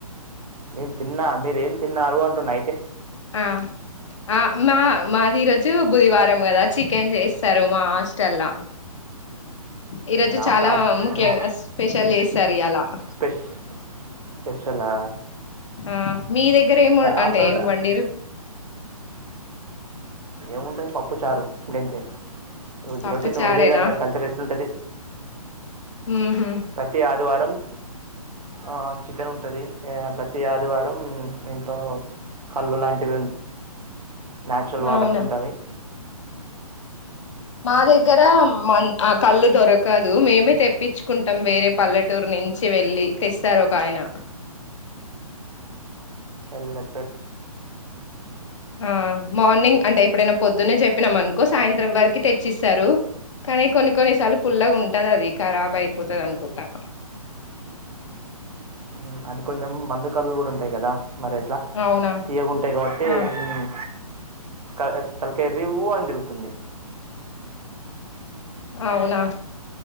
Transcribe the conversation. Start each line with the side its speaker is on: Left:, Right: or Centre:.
Right: నేను తిన్నా మీరేం తిన్నారు అంటన్న
Left: ఆ ఆ మా మాది ఈరోజు బుధవారం కదా చికెన్ చేస్తారు మా హాస్టల్లా ఈ రోజు
Right: రామ్
Left: చాలా
Right: రామ్
Left: ముఖ్య
Right: మ్మ్.
Left: స్పెషల్ చేస్తారు ఇయలా
Right: స్పెష్ స్పెషల్ ఆ
Left: ఆ మీ దగ్గర ఏం అంటే
Right: ఆఫ్టర్నూన్
Left: ఏం వండిరూ
Right: ఏముంటది పప్పు చారు గాంతే రోజు
Left: పప్పు
Right: రోటీన్
Left: చారేనా
Right: విలేజ్ దగ్గర కల్చర్ ఎట్లుంటది
Left: ఉహు
Right: ప్రతి ఆదివారం ఆ చికెన్ ఉంటది ప్రతి ఆదివారం ఇట్ కళ్ళు లాంటివి న్యాచురల్ వాటర్స్
Left: అవునా
Right: ఉంటావి
Left: మా దగ్గర మ ఆ కళ్ళు దొరక దు మేమే తెప్పించుకుంటాం వేరే పల్లెటూరు నుంచి వెళ్ళి తెస్తారు ఒక ఆయన
Right: వెన్న
Left: ఆ మార్నింగ్ అంటే ఎప్పుడైనా పొద్దున్న చెప్పినాం అనుకో సాయంత్రం వరకు తెచ్చిస్తారు కానీ కొన్ని కొన్ని సార్లు పుల్లగా ఉంటది అది ఖరాబ్ అయిపోతది అనుకుంటా
Right: హ్మ్ అంటే కొంచెం మందు కల్లులు కూడా ఉంటాయి కదా మరి ఎట్లా
Left: అవునా
Right: తీయగుంటాయి కాబట్టి
Left: ఆ
Right: హ్మ్ కర్ తలకాయి రివ్వు అని తిరుగుతుంది
Left: అవునా